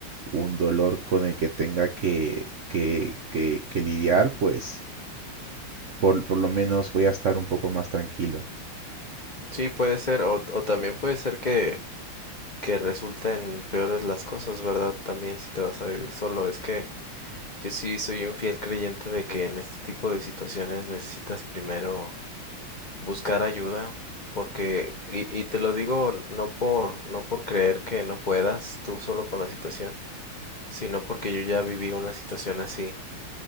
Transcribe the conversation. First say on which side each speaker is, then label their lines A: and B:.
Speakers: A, on the right; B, on the left.
A: un dolor con el que tenga que, que, que, que lidiar, pues por, por lo menos voy a estar un poco más tranquilo.
B: Sí, puede ser, o, o también puede ser que, que resulten peores las cosas, ¿verdad? También si te vas a vivir solo. Es que yo sí soy un fiel creyente de que en este tipo de situaciones necesitas primero buscar ayuda, porque, y, y te lo digo no por, no por creer que no puedas tú solo con la situación, sino porque yo ya viví una situación así